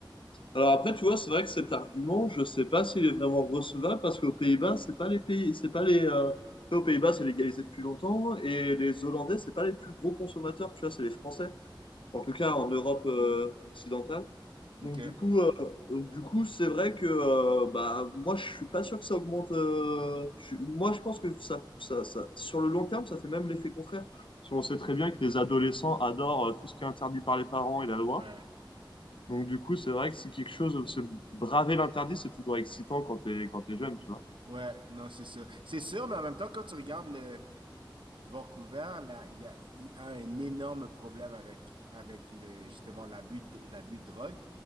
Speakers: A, on the left (about 80°); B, on the right (about 75°).
A: Alors après, tu vois, c'est vrai que cet argument, je ne sais pas s'il est vraiment recevable parce qu'aux Pays-Bas, c'est pas les pays, c'est pas les. euh, aux Pays-Bas, c'est légalisé depuis longtemps et les Hollandais, c'est pas les plus gros consommateurs, tu vois, c'est les Français, en tout cas en Europe euh,
B: Hmm.
A: occidentale.
B: Ok.
A: Donc du coup, euh, du coup, c'est vrai que euh, bah moi, je suis pas sûr que ça augmente. euh, je suis- moi, je pense que ça, ça, ça, sur le long terme, ça fait même l'effet contraire. Parce qu'on sait très bien que les adolescents adorent euh, tout ce qui est interdit par les parents et la loi.
B: Ouais.
A: Donc, du coup, c'est vrai que si quelque chose, se braver l'interdit, c'est toujours excitant quand t'es, quand t'es jeune, tu vois.
B: Ouais, non, c'est sûr. C'est sûr, mais en même temps, quand tu regardes le, Vancouver, là, il y a, il y a un énorme problème avec, avec le, justement l'abus de, l'abus de drogue.